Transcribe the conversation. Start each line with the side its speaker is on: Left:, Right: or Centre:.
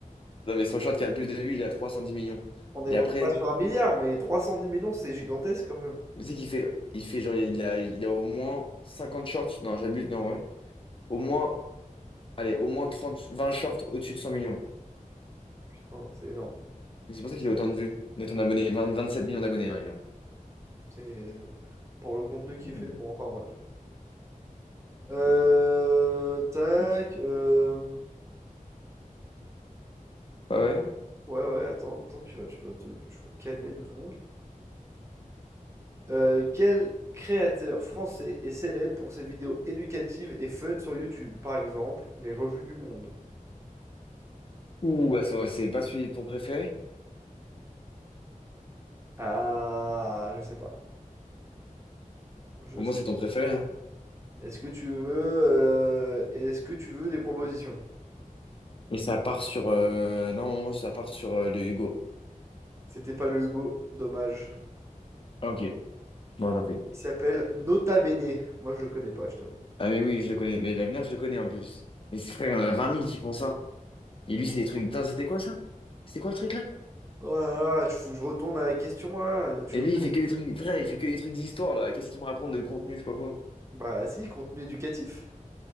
Left: Non, mais son short qui a le plus de vues, il est à 310 millions.
Right: On est,
Left: Et
Right: on
Left: après,
Right: est pas sur un milliard, mais 310 millions, c'est gigantesque quand même.
Left: mais tu sais qu'il fait, il fait genre, il a, il a au moins 50 shorts. Non, j'abuse, non, ouais. Au moins, allez, au moins 30, 20 shorts au-dessus de 100 millions.
Right: Putain, c'est énorme.
Left: Et c'est pour ça qu'il a autant de vues. Mais ton abonné, 20 27 millions d'abonnés, hein, il a.
Right: C'est pour le contenu qu'il
Left: Mm.
Right: fait. Bon, enfin bref. Euh, tac. euh,
Left: Ouais, ouais.
Right: Ouais, ouais, attends, attends, tu vas, tu vas te, tu vas te calmer deux secondes. Euh, quel créateur français est célèbre pour ses vidéos éducatives et fun sur YouTube? Par exemple, les revues du monde.
Left: Ouh, bah, ça- c'est pas celui de ton préféré?
Right: Ah, je sais pas. Je
Left: Pour
Right: sais
Left: moi, c'est ton préféré, hein.
Right: Est-ce que tu veux, euh, est-ce que tu veux des propositions?
Left: Et ça part sur, euh, non, ça part sur euh, le Hugo.
Right: C'était pas le Hugo, dommage.
Left: Ah, Ok, bon, tant pis.
Right: Il s'appelle Nota Bene. Moi, je le connais pas, je t'avoue.
Left: Ah, mais oui, je le connais. Mais l'avenir, je le connais en plus. Mais c'est frère, il y en a 20 000 qui font ça. Et
Right: D'accord.
Left: lui, c'est des trucs. Putain, c'était quoi ça? C'était quoi le truc là?
Right: Oh là là, tu faut que je retourne à la question là. euh, Tu
Left: Et
Right: veux
Left: lui,
Right: pas...
Left: il fait que des trucs. Frère, il fait que des trucs d'histoire là. Qu'est-ce qu'il me raconte de contenu, je sais pas quoi.
Right: Bah si, contenu éducatif.